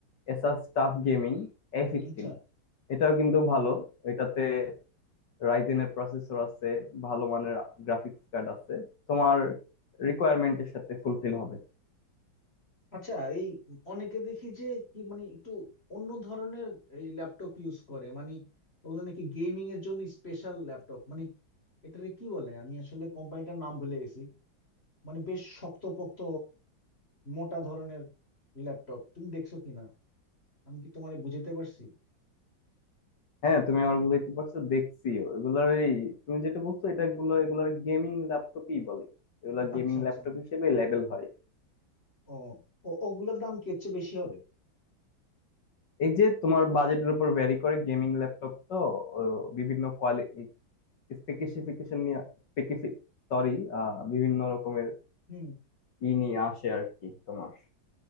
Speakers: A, on the left; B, on the left.
A: Asus TUF gaming A fifteen
B: আচ্ছা
A: এটাও কিন্তু
B: হুম।
A: ভালো এটাতে রাইজেনের প্রসেসর আছে ভালো মানের গ্রাফিক্স কার্ড আছে তোমার রিকোয়ারমেন্টের সাথে ফুলফিল হবে
B: আচ্ছা এই অনেকে দেখি যে কি মানে একটু অন্য ধরনের এই ল্যাপটপ ইউজ করে মানে ওগুলো নাকি গেমিং এর জন্য স্পেশাল ল্যাপটপ মানে এটারে কি বলে আমি আসলে কোম্পানিটার নাম ভুলে গেছি মানে বেশ শক্তপোক্ত মোটা ধরনের ল্যাপটপ তুমি দেখছো কিনা আমি কি তোমারে বুঝাতে পারছি
A: হ্যাঁ তুমি আমার বুঝাইতে পারছো দেখছিও এগুলার এই তুমি যেটা বলছো এটা এগুলো এগুলার গেমিং ল্যাপটপই বলে এগুলা
B: আচ্ছা
A: গেমিং
B: আচ্ছা
A: ল্যাপটপ হিসেবে লেবেল হয়
B: ও ও ওগুলোর দাম কি এর চেয়ে বেশি হবে
A: এই যে তোমার বাজেটের উপর ভ্যারি করে গেমিং ল্যাপটপ তো ও বিভিন্ন কোয়ালিটি স্পেসিফিকেশন নিয়ে স্পেসিফিক সরি বিভিন্ন রকমের
B: হুম
A: ই নিয়ে আসে আর কি তোমার